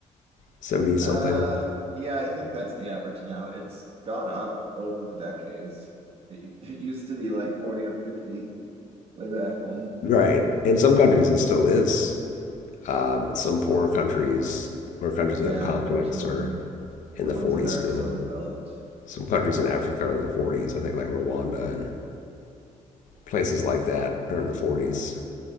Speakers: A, on the left; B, on the right.
A: 70 something,
B: uh yeah i think that's the average now it's gone up over the decades it, it used to be like 40 or 50 way back when
A: right? In some countries, it still is Uh, some poorer countries or countries
B: yeah
A: that have conflicts
B: unfortunately
A: are in
B: the
A: the
B: ones
A: 40s
B: that aren't
A: still.
B: so developed
A: Some countries in Africa are in the 40s. I think like Rwanda and places like that are in the 40s.